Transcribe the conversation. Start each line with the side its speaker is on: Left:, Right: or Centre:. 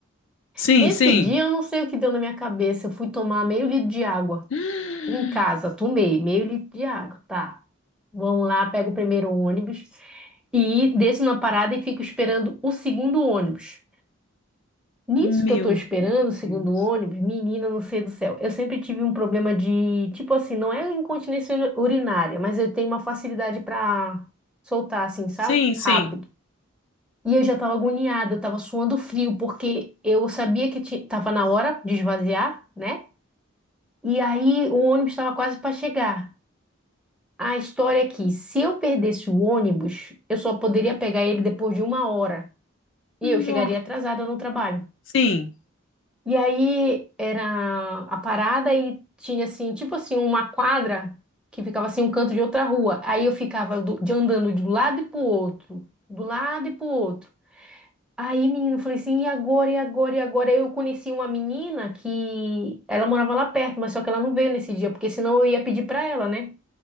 Left: Sim,
Centre: Nesse
Left: sim.
Centre: dia eu não sei o que deu na minha cabeça, eu fui tomar meio litro de água
Left: <gasps>
Centre: em casa, tomei meio litro de água, tá? Vamos lá, pego o primeiro ônibus e desço na parada e fico esperando o segundo ônibus. Nisso
Left: Meu
Centre: que eu tô esperando, segundo
Left: Deus.
Centre: o ônibus, menina, não sei do céu. Eu sempre tive um problema de, tipo assim, não é incontinência uri- urinária, mas eu tenho uma facilidade pra soltar, assim, sabe?
Left: Sim, sim.
Centre: Rápido. E eu já tava agoniada, eu tava suando frio, porque eu sabia que ti- tava na hora de esvaziar, né? E aí o ônibus estava quase para chegar. A história é que, se eu perdesse o ônibus, eu só poderia pegar ele depois de uma hora. E
Left: Nó.
Centre: eu chegaria atrasada no trabalho.
Left: Sim.
Centre: E aí era a parada e tinha assim, tipo assim, uma quadra que ficava assim um canto de outra rua. Aí eu ficava do- de andando de um lado e pro outro, do lado e pro outro. Aí, menino, eu falei assim, e agora, e agora, e agora? Aí Eu conheci uma menina que ela morava lá perto, mas só que ela não veio nesse dia, porque senão eu ia pedir pra ela, né?